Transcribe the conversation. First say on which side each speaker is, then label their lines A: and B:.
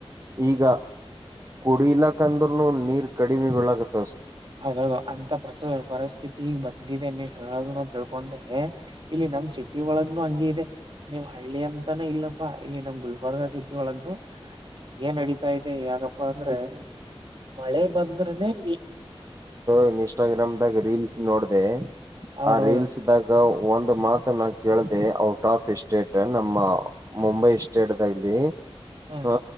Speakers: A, on the right; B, on the right.
A: ಈಗ ಕುಡಿಲಕ್ ಅಂದ್ರರುನು ನೀರ್ ಕಡಿಮೆ ಬೆಳಗತ್ತೆ
B: ಹೌದದು ಅಂತ ಪರಿಸ್ಥಿತಿ ಈಗ್ ಇದಿದೆ ನೀವ್ ಹೇಳನ ಅಂತ ತಿಳ್ಕೊಂಡೆ ಇಲ್ಲಿ ನಮ್ ಸಿಟಿ ಒಳಗ್ನು ಹಂಗಿ ಇದೆ ನೀವ್ ಹಳ್ಳಿ ಅಂತಾನೇ ಇಲ್ಲಪ್ಪಾ ಇಲ್ಲಿ ನಮ್ ಗುಲ್ಬರ್ಗ ಸಿಟಿ ಒಳಗ್ನು ಹಏನ್ ನಡತಾ ಇದೆ ಯಾಗಪ್ಪಾ ಅಂದ್ರೆ ಮಳೆ ಬಂದ್ರನೆೇ ನೀ
A: ಇನ್ಸ್ಟಾಗ್ರಾಮ್ ದಾಗ ರೀಲ್ಸ್ ನೋಡಿದೆ
B: ಹೌದೌದು
A: ಆ ರೀಲ್ಸ್ ದಾಗ ಒಂದು ಮಾತ ನ ಕೇಳ್ದ ಔಟ್ ಆಫ್ ಎ್ಟೇಟ್ ನಮ್ಮ ಮುಂಬೈ ಸ್ಟೇಟ್ಲ್ಲಿ
B: ಹಾ
A: ಹ